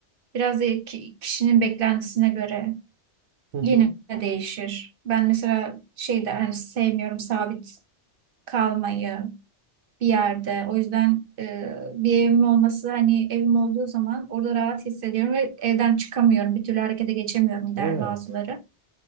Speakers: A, on the right (about 55°); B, on the right (about 80°).
A: Biraz da ki- kişinin beklentisine göre
B: Hı hı.
A: Yine değişir. Ben mesela şey der, hani sevmiyorum sabit kalmayı bir yerde. O yüzden e, bir evim olması hani evim olduğu zaman orada rahat hissediyorum ve evden çıkamıyorum. Bir türlü harekete geçemiyorum
B: Evet.
A: der bazıları.